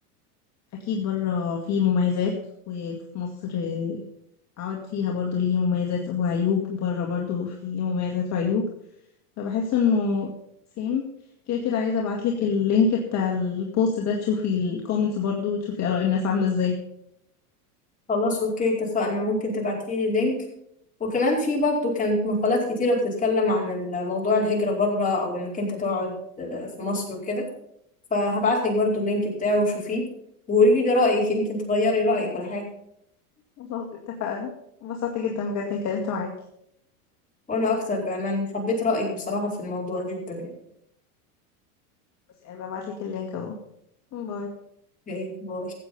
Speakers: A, on the left; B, on the left.
A: اكيد بره فيه مميزات وفي مصر عوض فيها برضو ليه مميزات وعيوب وبره برضو فيه مميزات وعيوب فبحس انه سيم كده كده عايزة ابعتلك اللينك بتاع البوست ده تشوفي الكومنتس برضو وتشوفي اراء الناس عاملة ازاي
B: خلاص اوكي اتفقنا ممكن تبعتيلي لينك وكمان في برضه كانت مقالات كتيرة بتتكلم عن موضوع الهجرة بره او انك انت تقعد آه، في مصر وكده فهبعتلك برضه اللينك بتاعه وشوفيه وقولي لي رأيك يمكن تغيري رأيك ولا حاجة
A: خلاص اتفقنا انبسطت جدا بجد اني اتكلمت معاكي
B: وانا اكتر بأمان حبيت رأيك بصراحة في الموضوع جدا يعني
A: بس يعني ببعتلك اللينك اهو باي
B: اوكي باي